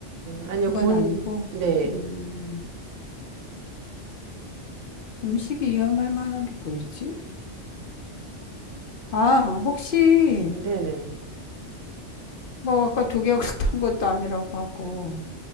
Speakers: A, on the right; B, on the left.
A: 아니요,
B: 그건
A: 본,
B: 아니고,
A: 네.
B: 음. 음식이 위험할 만한 게 뭐 있지? 아, 혹시
A: 네네. 네.
B: 뭐 아까 독약을 탄 것도 아니라고 하고